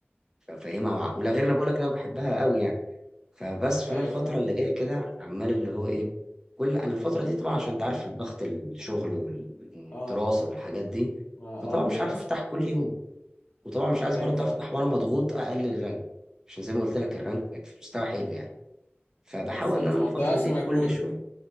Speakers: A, on the right (about 15°); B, on the left (about 55°).
A: ففاهمها وع- ولا غير انا بقول لك انا بحبها قوي يعني فبس فانا
B: ايوه
A: الفتره
B: فاهم
A: اللي جايه كده عمال اللي هو ايه كل انا الفتره دي طبعا عشان انت عارف ضغط الشغل والدراسه
B: اه
A: والحاجات دي
B: ما اه
A: فطبعا مش
B: للاسف
A: عارف افتح كل يوم وطبعا مش عايز برضه
B: ايوه فاهم
A: افتح وانا مضغوط اقلل الرانك عشان زي ما قلت لك الرانك في مستوى حلو يعني فبحاول
B: بالظبط
A: ان انا
B: ما
A: الفتره
B: تضيعش
A: دي
B: مجهودك
A: كل شويه